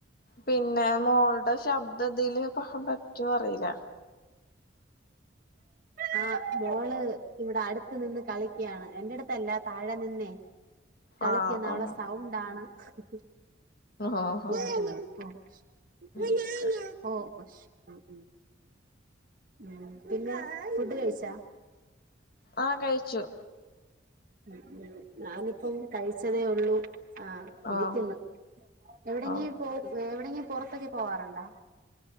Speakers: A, on the left; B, on the right.
A: പിന്നെ മോൾടെ ശബ്ദ ഇതില് പറ്റോ അറീല.
B: ആഹ് മോള് ഇവിടെ അടുത്ത് നിന്ന് കളിക്കയാണ് എന്റെടുത്തല്ല താഴെ നിന്നേ. കളിക്കുന്ന്
A: ആഹ് ആഹ്
B: അവളെ സൗണ്ടാണ്. <unintelligible>
A: ഓഹോ ഓക്കെ
B: ഉം പിന്നെ ഫുഡ് കഴിച്ചാ?
A: ആഹ് കഴിച്ചു.
B: ഉം ഉം ഞാനിപ്പം കഴിച്ചതേ ഉള്ളൂ. ആഹ് ഇരിക്കുന്നു
A: ആഹ്
B: എവിടെങ്കും
A: ഓക്കെ
B: പോ എവിടെങ്കിലും പുറത്തൊക്കെ പോവാറുണ്ടോ?